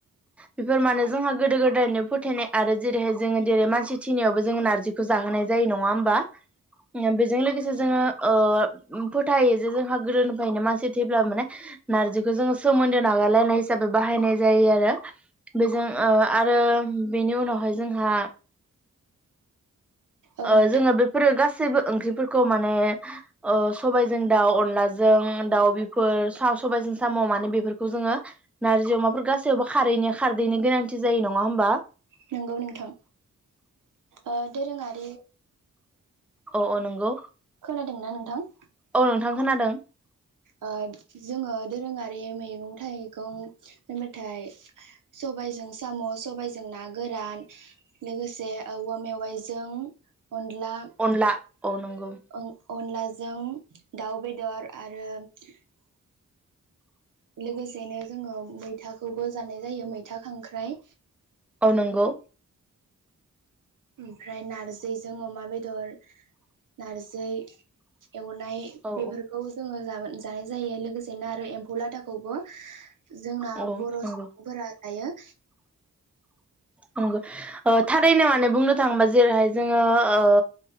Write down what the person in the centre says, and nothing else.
बेफोर माने जोंहा गोदो गोद दायनो फोथायनाय आरो जेरैहाय जोङो जेरै मानसि थिनायावबो जोङो नारजिखौ जाहोनाय जायो नङा होमबा? बेजों लोगोसे जोङो ओ फोथायो जे जोंहा गोदोनिफ्रायनो मानसि थैब्ला माने नार्जिखौ जोङो सोमोन्दो नागारलायनाय हिसाबै बाहायनाय जायो आरो बेजों ओ आरो बेनि उनावहाय जोंहा
ओ
जोङो बेफोरो गासैबो ओंख्रिफोरखौ माने ओ सबायजों दाउ अनलाजों दाउ बेफोर सा सबायजों साम' माने बेफोरखौ जोङो नारजि अमाफोर गासैयावबो खारैनो खारदैनो गोनांथि जायो नङा होमबा?
अ' अ' नोंगौ।
औ नोंथां खोनादों।
अनला
औ नंगौ
औ नंगौ
औ
औ
नंगौ
नंगौ ओ थारैनो माने बुंनो थांङोबा जेरैहाय जोंङो ओ